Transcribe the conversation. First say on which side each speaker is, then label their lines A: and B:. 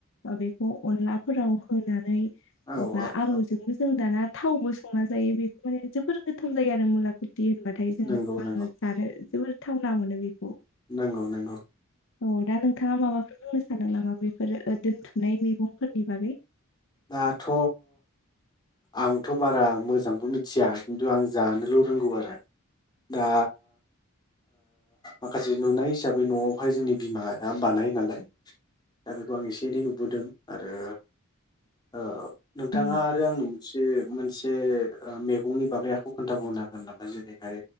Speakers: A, on the left; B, on the left.
A: ओ बेखौ अनलाफोराव होनानै
B: औ
A: ओमफ्राय
B: औ
A: आलुजोंबो
B: औ
A: जों दाना थावबो संना जायो बेखौ माने जोबोर गोथाव जायो आरो मुला कुरथि होनबाथाय जोङो
B: नंगौ नंगौ
A: आङो जानो जोबोर थावना मोनो बेखौ।
B: नंगौ नंगौ
A: औ दा नोंथाङा माबाफोर बुंनो सानदों नामा बे फोर दोन्थुमनाय मेगंफोरनि बागै?
B: दाथ' आंथ' बारा मोजांबो मिथिया खिन्थु आं जानोल' रोंगौ आरो। दा माखासे नुनाय हिसाबै न'आवहाय जोंनि बिमा या बानायो नालाय दा बेखौ आं एसे एनै नुबोदों। आरो ओ औ। नोंथाङा
A: औ
B: आरो आंनो मोनसे मोनसे ओ मेगंनि बागै आखौ खोन्थाबावनो हागोन नामा जेरैहाय